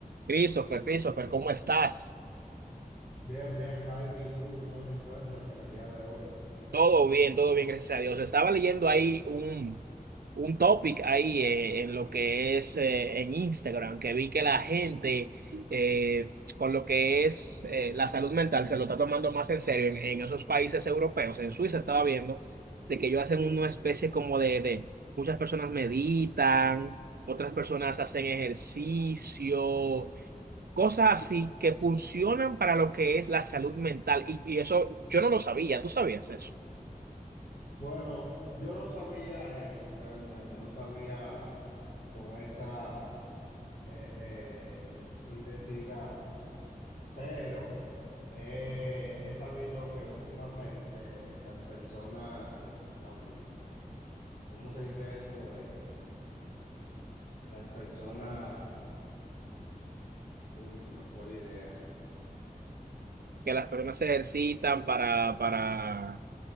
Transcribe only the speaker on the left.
Bien, bien, Javi, ¿y tú cómo te encuentras en el día de hoy?
Bueno, yo no sabía eso realmente, no sabía con esa eh, eh, intensidad, pero eh, he sabido que últimamente las personas, am, ¿cómo se dice esto? Eh, las personas, uy, se me fue la idea.